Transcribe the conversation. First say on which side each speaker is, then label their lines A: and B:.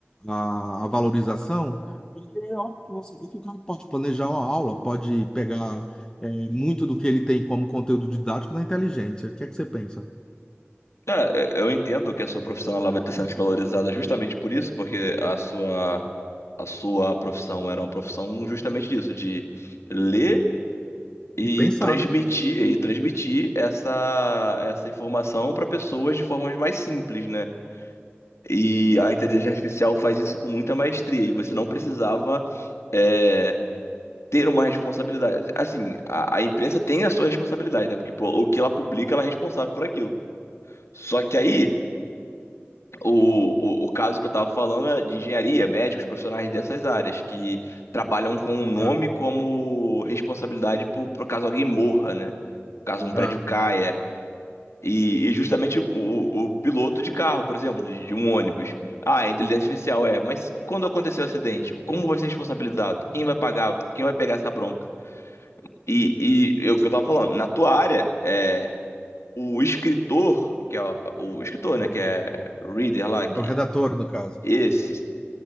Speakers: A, on the left; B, on the left.
A: a, a valorização, porque é óbvio que você vê que o cara pode planejar uma aula, pode pegar é, muito do que ele tem como conteúdo didático na inteligência. O que é que você pensa?
B: É, é, eu entendo que a sua profissão ela vai estar sendo desvalorizada justamente por isso, porque a sua a sua profissão era uma profissão justamente disso, de ler e
A: E pensar,
B: transmitir
A: né?
B: e transmitir essa essa informação para pessoas de formas mais simples, né? E a inteligência artificial faz isso com muita maestria e você não precisava é, ter uma responsabilidade. Assim, a, a imprensa tem a sua responsabilidade, né? Porque pô, o que ela publica, ela é responsável por aquilo. Só que aí, o, o, o caso que eu estava falando é de engenharia, médicos, profissionais dessas áreas, que trabalham com o nome
A: É,
B: como responsabilidade por, por caso alguém morra, né? Caso um prédio
A: é,
B: caia. E, e justamente o, o piloto de carro, por exemplo, de, de um ônibus. Ah, é inteligência artificial, é. Mas se- quando aconteceu o acidente, como vai ser responsabilizado? Quem vai pagar? Quem vai pegar essa bronca? E, e é o que eu tava falando, na tua área, é, o escritor, que é o, o escritor, né, que é reader lá, que
A: é o redator, no caso.
B: esse